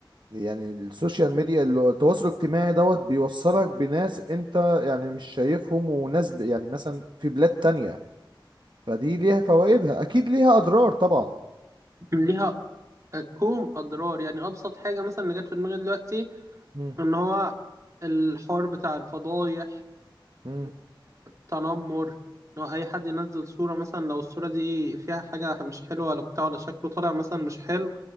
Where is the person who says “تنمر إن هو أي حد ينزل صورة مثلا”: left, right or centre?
Right